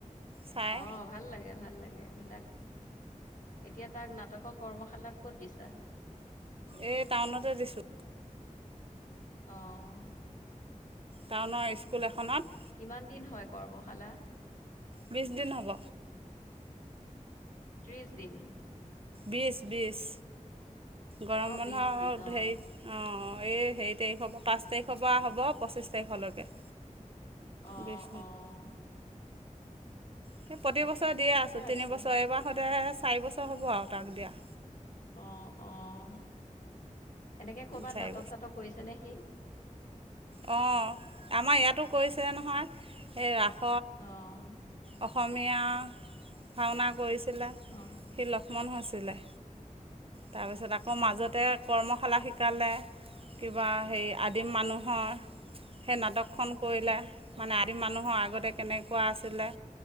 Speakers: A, on the right (about 45°); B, on the left (about 75°).
A: চাই
B: অ', ভাল লাগে, ভাল লাগে সেইবিলাক। এতিয়া তাক নাটকৰ কৰ্মশালাত ক'ত দিছা?
A: এই টাউনতে দিছোঁ।
B: অ'।
A: টাউনৰ ইস্কুল এখনত।
B: কিমান দিন হয় কৰ্মশালা।
A: বিচ দিন হ'ব।
B: ত্ৰিছ দিন।
A: বিছ, বিছ। গৰম
B: অঁ
A: বন্ধৰ
B: বিছ
A: অ'
B: দিন অঁ
A: হেৰি অ' অ' এই হেৰি তাৰিখৰ পৰা পাঁচ তাৰিখ খৰ পৰা হ'ব পঁচ্ছিশ তাৰিখলৈকে।
B: অ'
A: বিছ
B: অ'।
A: সি প্ৰতি বছৰে দিয়ে আছোঁ। তিনিবছৰ,
B: আছে
A: এইবাৰ স'তে চাৰি বছৰ হ'ব আৰু তাক দিয়া।
B: অ' অ'। এনেকে ক'ৰবাত
A: চাৰি
B: নাটক চাটক কৰিছে নে সি?
A: অ' আমাৰ ইয়াতো কৈছে নহয়, এই ৰাস
B: অহ'
A: অসমীয়া ভাওনা কৰিছিলে।
B: অঁ
A: সি লক্ষ্মণ হৈছিলে। তাৰপিছত আকৌ মাজতে কৰ্মশালা শিকালে। কিবা হেৰি আদিম মানুহৰ। সেই নাটকখন কৰিলে মানে আদিম মানুহৰ আগতে কেনেকুৱা আছিলে।